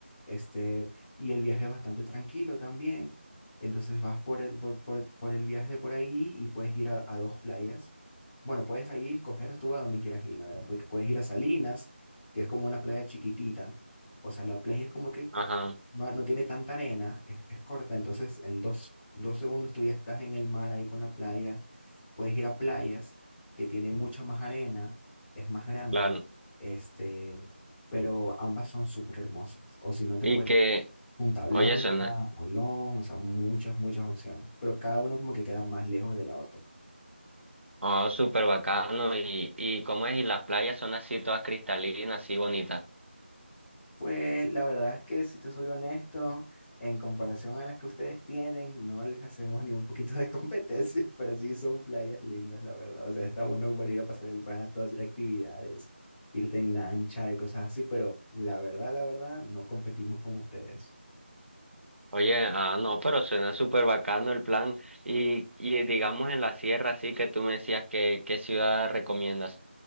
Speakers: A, in the centre; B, on the right.
A: este, y el viaje es bastante tranquilo también. Entonces vas por el, por, por- por el viaje por ahí y puedes ir a a dos playas. Bueno, puedes ahí escoger tú a donde quieras ir, la verdad, porque puedes ir a Salinas, que es como una playa chiquitita. O sea, la playa es como que
B: Ajá.
A: no, no tiene tanta arena, es, es corta, entonces en dos, dos segundos tú ya estás en el mar ahí con la playa. Puedes ir a playas que tienen mucha más arena, es más grande,
B: Claro.
A: este, pero ambas son súper hermosas. O si no, te
B: Y
A: puedes
B: que,
A: ir a Punta Blanca,
B: oye, suena
A: Olón, o sea, muchas, muchas opciones, pero cada una como que queda más lejos de la otra.
B: oh, súper bacano. Y, y cómo es, y las playas son así todas cristalinas, así bonitas.
A: Pues la verdad es que si te soy honesto, en comparación a las que ustedes tienen, no les hacemos ni un poquito de competencia, <laughs> pero sí son playas lindas, la verdad. O sea, está bueno como ir a pasar el rato, hacer actividades, irte en lancha y cosas así, pero la verdad, la verdad, no competimos con ustedes.
B: Oye, ah, no, pero suena súper bacano el plan. Y, y digamos en la sierra, así que tú me decías que, qué ciudad recomiendas.